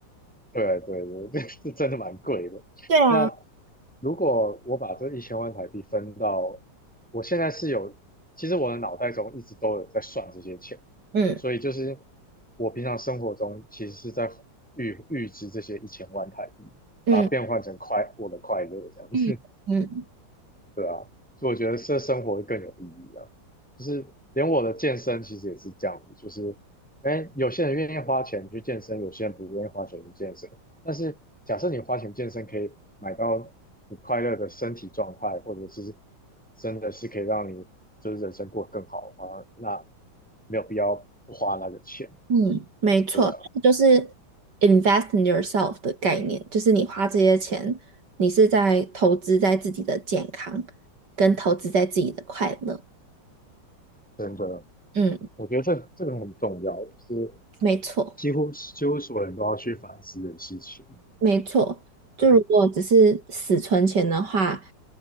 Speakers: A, in the centre; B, on the right (about 60°).
A: 对对，我这是真的蛮贵的。
B: 对啊，
A: 那如果我把这一千万台币分到，我现在是有，其实我的脑袋中一直都有在算这些钱，
B: 嗯
A: 所以就是我平常生活中其实是在预预支这些一千万台币，
B: 嗯
A: 把它变换成快我的快乐这样子。
B: 嗯嗯
A: 对啊，所以我觉得这生活会更有意义啊。就是连我的健身其实也是这样子，就是，哎，有些人愿意花钱去健身，有些人不愿意花钱去健身。但是假设你花钱健身，可以买到你快乐的身体状态，或者是真的是可以让你就是人生过得更好的话，那没有必要不花那个钱。
B: 嗯，没错，
A: 对啊，
B: 就是 invest in yourself 的概念，就是你花这些钱，你是在投资在自己的健康，跟投资在自己的快乐。
A: 真的，
B: 嗯，
A: 我觉得这这个很重要，是
B: 没错，
A: 几乎几乎所有人都要去反思的事情。
B: 没错。就如果只是死存钱的话，
A: 对。